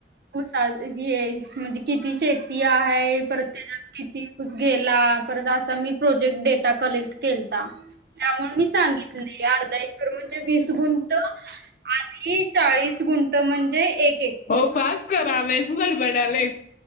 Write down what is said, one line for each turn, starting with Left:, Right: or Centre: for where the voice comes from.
Right: ऊसाज गीहै म्हणजे किती शेत किती आहे. परत त्याच्यात किती, ऊस गेला परत असा मी प्रोजेक्ट डेटा कलेक्ट केलता, त्यामुळे मी सांगितले अर्धा एकर म्हणजे ते वीस गुंट आणि चाळीस गुंट म्हणजे एक एकर.
Left: हो पास करा रे बडबडालाय